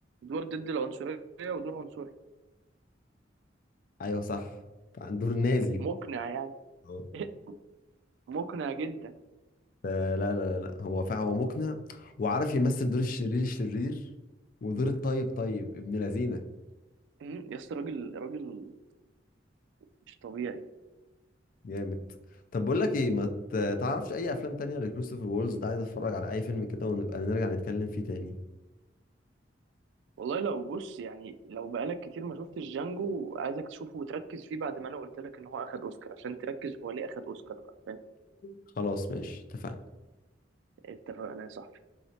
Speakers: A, on the right; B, on the left.
A: دور ضد العنصريه ودور عنصري
B: ايوه صح عن دور نازي
A: مقنع يعني
B: اه
A: <laughs> مقنع جدا
B: فلا لا لا لا هو فعلا هو مقنع وعارف يمثل دور الشرير الشرير ودور الطيب طيب ابن لذينه
A: أمم، يا اسطى راجل راجل مش طبيعي
B: جامد طب بقول لك ايه ما ت- تعرفش اي افلام تانية لكريستوفر وولز ده عايز اتفرج على اي فيلم كده ونبقى نرجع نتكلم فيه تاني
A: والله لو بص يعني لو بقالك كتير ما شفتش جانجو عايزك تشوفه وتركز فيه بعد ما انا قلت لك ان هو اخد اوسكار عشان تركز هو ليه اخد اوسكار بقى فاهم
B: خلاص ماشي اتفقنا
A: اتفقنا يا صاحبي